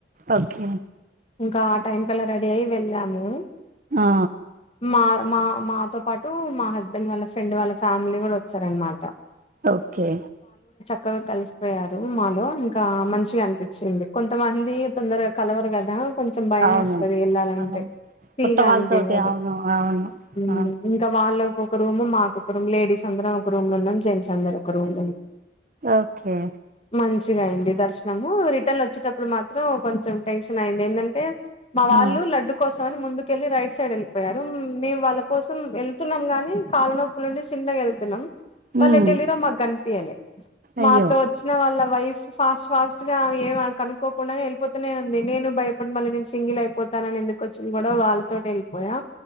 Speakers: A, on the right; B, on the left.
A: ఓకే
B: ఇంకా ఆ టైం కల్లా రెడీ అయి వెళ్ళాము
A: ఆ
B: మా మా మాతో పాటు మా హస్బెండ్ వాళ్ళ ఫ్రెండ్ వాళ్ళ ఫ్యామిలీ కూడా వచ్చారనమాట
A: ఓకే
B: క్కగా కలిసిపోయారు మాలో ఇంకా మంచిగా అనిపించింది కొంతమంది తొందరగా కలవరు కదా కొంచెం భయం
A: అవును
B: వేస్తుంది వెళ్ళాలంటే
A: అవును
B: ఫ్రీగా
A: కొత్త వాళ్ళతోటి
B: అనిపివ్వదు
A: అవును అవును
B: హుమ్మ్
A: ఆ
B: ఇంక వాళ్ళు ఒక రూమ్ మాకు ఒక రూమ్ లేడీస్ అందరం ఒక రూమ్ లో ఉన్నాం జెన్స్ అందరు ఒక రూమ్
A: ఓకే
B: మంచిగా అంది దర్శం రిటర్న్ వచ్చేటప్పుడు మాత్రం కొంచెం టెన్షన్ అయింది ఏంటంటే మా వాళ్ళు
A: ఆ
B: లడ్డు కోసం వాళ్లు ముందుకెళ్ళి రైట్ సైడ్ వెళ్ళిపోయారు మేము వాళ్ళ కోసం వెళ్తున్నాం గాని కాల నొప్పు నుండి చిన్న గా వెళ్తున్నాం వాళ్లు
A: ఉమ్
B: ఏటిల్లిండ్రు మాకు కనిపియ్యలే మాతో
A: అయ్యో
B: వచ్చిన వాళ్లు వైఫ్ ఫాస్ట్ ఫాస్ట్ గా ఏ కనుకోకుండానే వెళ్ళితూనే ఉంది నేను భయపడి మళ్ళీ నేను సింగిల్ అయిపోత తనను ఎందుకుచ్చిన గొడవ వాళ్ళతో వెళ్ళిపోయా